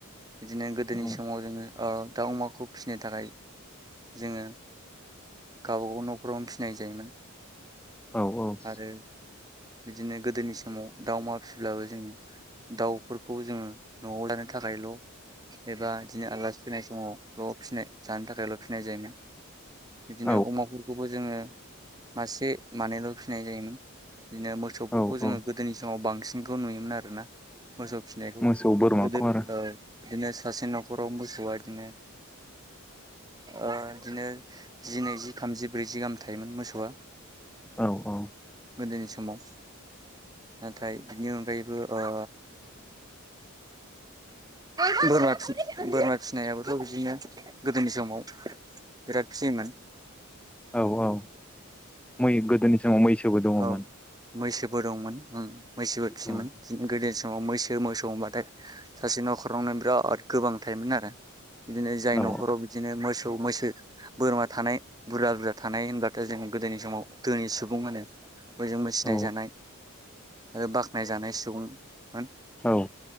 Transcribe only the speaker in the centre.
औ
औ औ।
औ
औ
औ
मोसौ बोरमाखौ
आरो
औ औ
औ औ मै गोदोनि समाव मैसोबो दङमोन
औ
औ
औ
औ